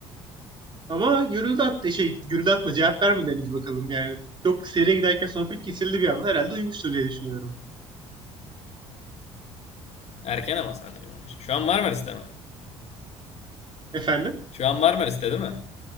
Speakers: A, on the right (about 30°); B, on the left (about 45°).
A: Ama gürültü attı şey gürültü atma cevap vermedi henüz bakalım yani. Çok seriye giderken sohbet kesildi bir anda herhalde uyumuştur diye düşünüyorum.
B: Erken ama saat bir Şu an Marmaris'te mi?
A: Efendim?
B: Şu an Marmaris'te değil mi?